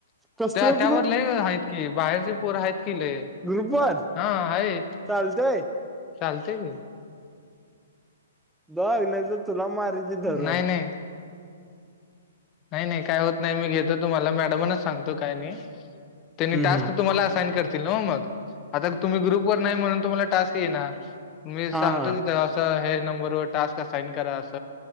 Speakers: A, in the centre; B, on the left.
A: कसल
B: त्या त्यावर
A: ग्रुप
B: लई आहेत की बाहेरचे पोर आहेत की लय
A: ग्रुप वर
B: हा हायेत
A: चालतय
B: चालते की
A: बघ नाही तर तुला मारीन धरून
B: नाही नाही नाही नाही काय होत नाही मी घेतो तुम्हाला मॅडमानाच सांगतो काय नाही त्यांनी
A: हम्म
B: टास्क
A: हम्म
B: तुम्हाला असाईन करतील ना ओ मग आता तुम्ही ग्रुपवर नाही म्हणुन तुम्हाला टास्क येई ना मी सांगतो
A: हा हा
B: न अस हे नंबरवर टास्क असाईन करा अस